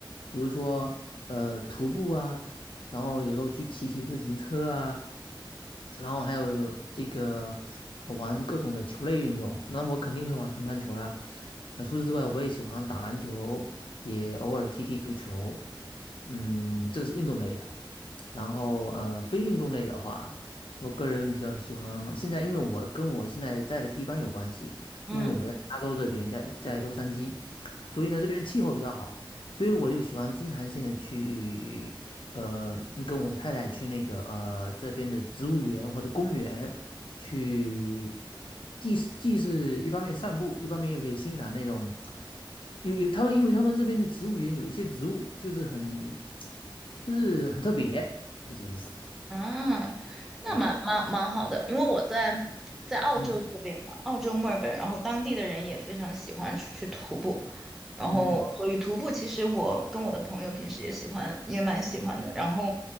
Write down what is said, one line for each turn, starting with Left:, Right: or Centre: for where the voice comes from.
Left: 比如说呃徒步啊，然后有时候去骑骑自行车啊，然后还有这个呃玩各种的球类运动，那我肯定会玩乒乓球啦。呃，除此之外，我也喜欢打篮球，也偶尔踢踢足球。嗯，这个是运动类的。然后呃，非运动类的话，我个人比较喜欢现在，因为我跟我现在在的地方有关系，
Centre: 嗯
Left: 因为我在加州这边，在在洛杉矶，所以呢这边气候比较好。所以我就喜欢经常性的去，呃，跟我的太太去那个呃这边的植物园或者公园去，既是既是一方面散步，一方面又可以欣赏那种，有有他们，因为他们这边的植物园有一些植物就是很，就是很特别，就是这个意思。
Centre: 啊，那蛮蛮蛮好的，
Left: 对，
Centre: 因为我在在澳洲这边嘛，
Left: 嗯
Centre: 澳洲墨尔本，然后当地的人也非常喜欢出去徒步，然后，
Left: 嗯
Centre: 所以徒步其实我跟我的朋友平时也喜欢，也蛮喜欢的。然后，